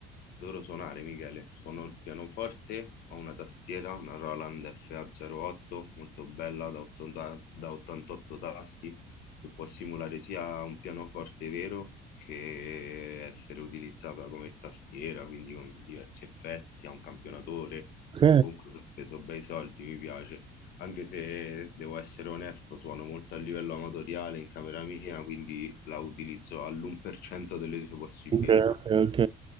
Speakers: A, on the left; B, on the right.
A: adoro suonare, Michele. Suono il pianoforte, ho una tastiera, una Roland FA08, molto bella da, 80 da 88 tasti, che può simulare sia un pianoforte vero che essere utilizzata come tastiera, quindi con diversi effetti, ha un campionatore.
B: Ok,
A: Comunque ho speso bei soldi, mi piace anche se devo essere onesto, suono molto a livello amatoriale in camera mia, quindi la utilizzo all'1% delle sue possibilità.
B: ok, ok. ok.